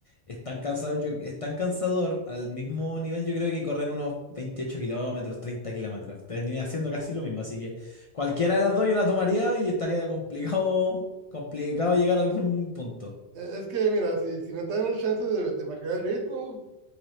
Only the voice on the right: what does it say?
Eh, Es que, mira, si, si no te dan el chance de, de bajar el ritmo,